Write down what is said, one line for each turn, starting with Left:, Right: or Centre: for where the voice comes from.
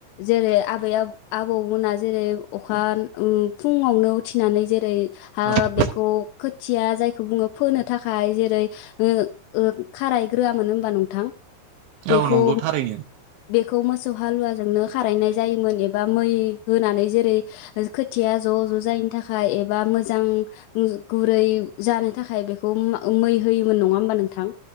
Left: जेरै आबै आ आबौमोना जेरै अखा उम फुङावनो उथिनानै जेरै आ
Right: औ
Left: बेखौ खोथिया जायखौ बुङो फोनो थाखाय जेरै ओ खारायग्रोआमोन होमबा <unintelligible> <unintelligible> बेखौ
Right: औ नंगौ थारैनो।
Left: बेखौ मोसौ हालुवाजोंनो खारायनाय जायोमोन एबा मै होनानै जेरै खोथिया ज' ज' जायैनि थाखाय बा <unintelligible> <unintelligible> गुरै जानो थाखाय बे <unintelligible> मै होयोमोन नङा होमबा नोंथां